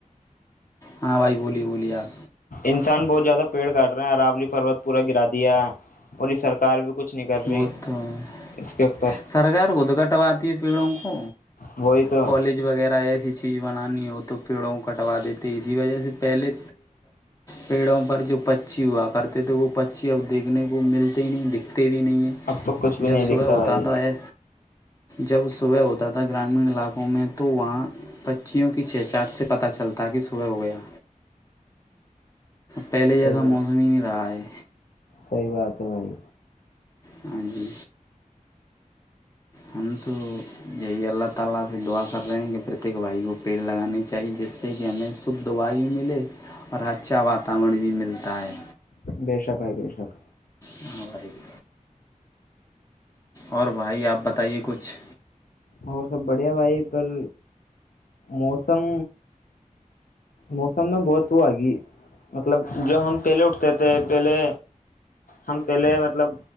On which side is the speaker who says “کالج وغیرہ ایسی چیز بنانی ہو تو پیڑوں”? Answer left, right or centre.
Left